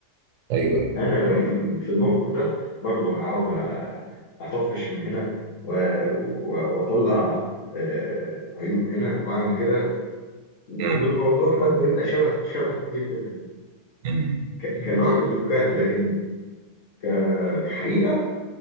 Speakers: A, on the right; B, on the left.
A: ايوه ايوه
B: أنا لو في في الموقف ده برضه هقعد أطفش من هنا و- و- وأطلع آه، عيوب هنا وأعمل كده والموضوع
A: مم.
B: برضه يبقى شبه شبه جدا ال-
A: مم.
B: ك- كنوع من الفكاهة لكن ك- كحقيقة